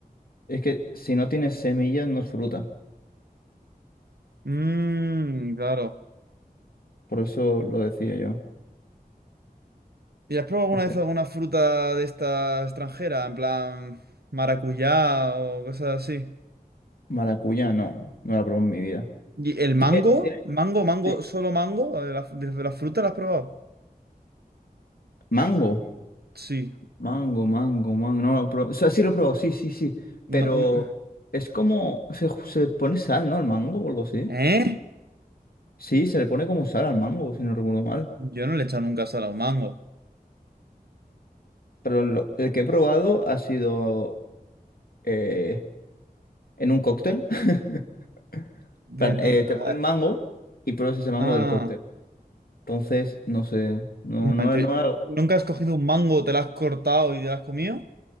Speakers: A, on the left; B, on the right.
A: Es que si no tiene semillas no es fruta.
B: Mmm, claro.
A: Por eso lo decía yo.
B: ¿Y has probado alguna
A: Entonces,
B: vez alguna fruta de esta extranjera? En plan maracuyá o cosas así.
A: Maracuyá, no. No la probé en mi vida.
B: ¿Y el mango?
A: ¿Tiene, tiene-
B: ¿Mango, mango,
A: ti-
B: solo mango? ¿De la, de la fruta la has probado?
A: mango?
B: Sí.
A: Mango, mango, mango. No lo probé. O sea, sí lo probé, sí, sí, sí.
B: No,
A: Pero
B: no-
A: es como... Se, se pone sal, ¿no? El mango o algo así.
B: ¿Eh?
A: Sí, se le pone como sal al mango, si no recuerdo mal.
B: Yo no le he echado nunca sal a un mango.
A: Pero lo- el que he probado ha sido eh, en un cóctel. <laughs>
B: Pues
A: plan,
B: entonces-
A: eh, te
B: ah,
A: ponen mango y pruebas ese mango
B: ah,
A: del cóctel. Entonces, no sé, no,
B: no,
A: no,
B: yo-
A: no, hago-
B: ¿nunca has cogido un mango, te lo has cortado y te lo has comido?